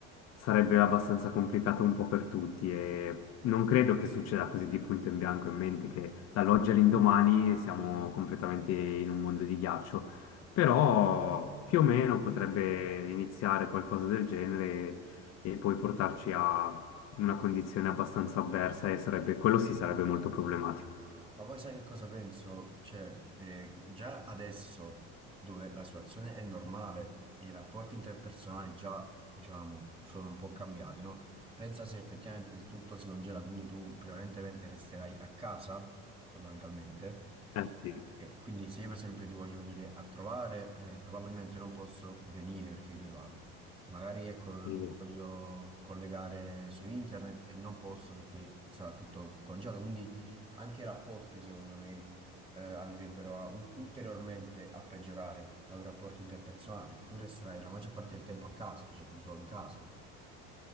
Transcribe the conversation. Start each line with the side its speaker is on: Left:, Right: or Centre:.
Left: Sarebbe abbastanza complicato un po' per tutti e non credo che succeda così di punto in bianco in mente che dall'oggi all'indomani siamo completamente in un mondo di ghiaccio, però più o meno potrebbe iniziare qualcosa del genere e poi portarci a una condizione abbastanza avversa e sarebbe, quello sì sarebbe molto problematico.
Right: Ma poi sai che cosa penso? Cioè, eh, già adesso, dove la situazione è normale e i rapporti interpersonali già, diciamo, sono un po' cambiati, no? Pensa se effettivamente tutto si congela, quindi tu prevalentemente resterai a casa, fondamentalmente.
Left: Eh
Right: E quindi se io per esempio ti voglio venire a trovare, eh, probabilmente non posso venire perché dove vado. Magari ecco, Mm.
Left: sì.
Right: voglio collegare su internet e non posso perché sarà tutto congelato. Quindi anche i rapporti, secondo me, eh, andrebbero a ul- ulteriormente a peggiorare proprio i rapporti interpersonali, perché tu resterai la maggior parte del tempo a casa, cioè chiuso in casa.